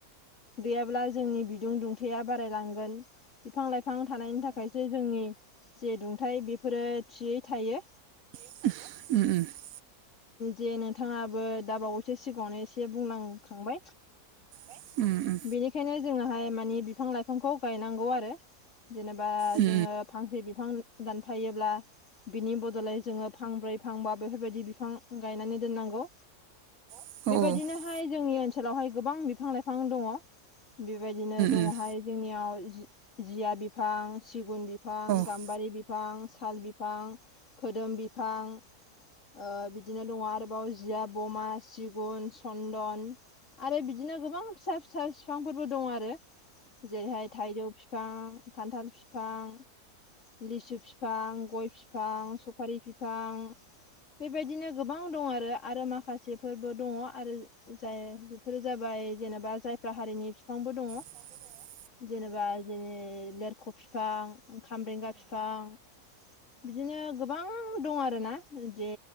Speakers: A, on the left; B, on the right.
A: गैयाब्ला जोंनि बिदुं दुंथाया बारायलांगोन बिफां लाइफां थानायनि थाखायसो जोंनि जे दुंथाय बेफोरो थियै थायो
B: <unintelligible>
A: जे नोंथाङाबो दाबावैसो सिगाङावनो एसे बुंलांखांबाय
B: ओ ओ
A: बेनिखायनो जोङोहाय मानि बिफां लाइफांखौ गायनांगौ आरो जेनेबा
B: उम
A: जोङो फांसे बिफां दानफायोब्ला बिनि बदलै जोङो फांब्रै फांबा बेफोरबायदि बिफां गायनानै दोनांगौ
B: उम
A: बेबायदिनो हाय जोंनि ओनसोलावहाय गोबां बिफां लाइफां दङ बेबायदिनो दङहाय
B: उम
A: जोंनियाव जिया बिफां सिगुन बिफां गाम्बारि
B: औ
A: बिफां साल बिफां बिफां खोदोम बिफां ओ बिदिनो दं आरोबाव जिया बमा, सिगुन, चन्दन आरो बिदिनो गोबां फिसा फिसा बिफांफोरबो दं आरो जेरैहाय- थाइजौ बिफां खान्थाल फिफां, लिसु फिफां, गय फिफां <unintelligible> सफारि बिफां बेबायदिनो गोबां दं आरो आरो माखासेफोरबो दङ आरो जाय बेफोरो जाबाय जेनेबा जायफ्रा हारिनि फिफांबो दङ।
B: <unintelligible>
A: जेनेबा इदिनो लेरख' फिफां खामब्रेंगा फिफां बिदिनो गोबां दं आरोना जे